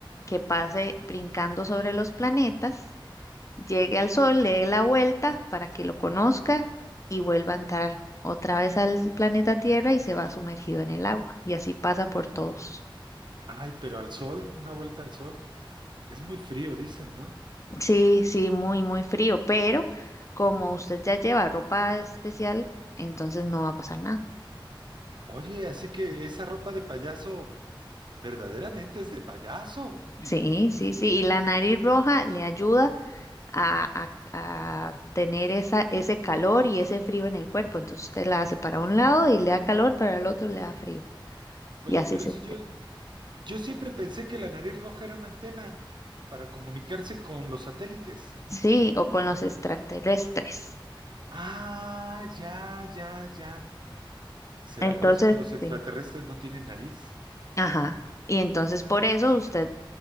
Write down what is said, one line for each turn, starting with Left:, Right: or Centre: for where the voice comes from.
Left: que pase brincando sobre los planetas, llegue al Sol, le dé la vuelta para que lo conozca y vuelva a entrar otra vez al planeta Tierra y se va sumergido en el agua. Y así pasa por todos.
Right: Ay, pero al sol, una vuelta al sol. Es muy frío, dicen, ¿no?
Left: Sí, sí, muy, muy frío, pero como usted ya lleva ropa especial, entonces no va a pasar nada.
Right: Oye, así que esa ropa de payaso verdaderamente es de payaso.
Left: Sí, sí, sí. Y la nariz roja le ayuda a, a- a tener esa, ese calor y ese frío en el cuerpo. Entonces usted la hace para un lado y le da calor, para el otro le da frío.
Right: Oye,
Left: Y así
Right: pero
Left: se...
Right: si yo, yo siempre pensé que la nariz roja era una antena para comunicarse con los satélites.
Left: Sí, o con los extraterrestres.
Right: Ah, ya, ya, ya. ¿Será
Left: Entonces,
Right: por eso que los extraterrestres
Left: sí.
Right: no tienen nariz?
Left: Ajá. Y entonces por eso usted